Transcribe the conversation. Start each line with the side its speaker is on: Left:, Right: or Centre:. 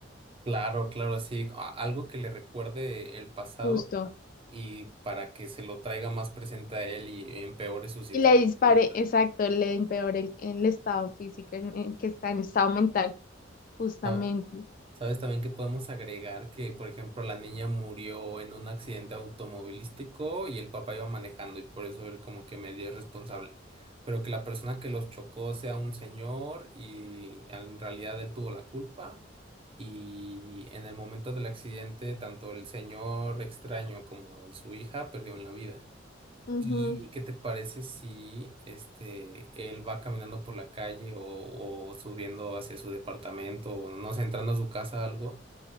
Right: Claro, claro, sí, a- algo que le recuerde el pasado
Left: justo.
Right: y para que se lo traiga más presente a él y empeore su situación
Left: Y le dispare,
Right: mental.
Left: exacto, le empeore el, el estado físico en, en que está en estado mental, justamente.
Right: Ah, ¿Sabes también que podemos agregar que, por ejemplo, la niña murió en un accidente automovilístico y el papá iba manejando y por eso él como que medio es responsable? Pero que la persona que los chocó sea un señor y en realidad él tuvo la culpa. Y en el momento del accidente, tanto el señor extraño como su hija perdieron la vida.
Left: Ujú,
Right: ¿Y qué te parece si este él va caminando por la calle o, o subiendo hacia su departamento o no sé, entrando a su casa algo